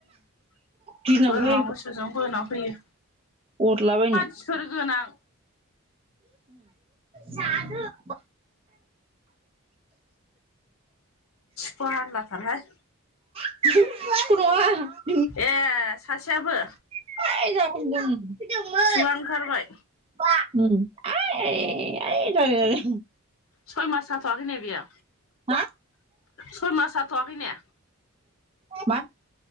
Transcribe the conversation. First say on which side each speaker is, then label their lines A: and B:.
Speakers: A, on the right; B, on the left.
A: गिनांगौहाय
B: बोरमा मोसौजों बोना फैयो।
A: हरलाबायनो
B: सोरगोनां
A: जाद <unintelligible>
B: फाहार <unintelligible> लाथार
A: <unintelligible> खर‌ख <unintelligible>
B: ऐ सासेयाबो
A: दोंमोन <unintelligible>
B: खुगा ओंखारबाय
A: ब इ ज <unintelligible>
B: सय मास जाथयाखैलाय बियो।
A: हा
B: सय मास जाथ'वाखै ने
A: मा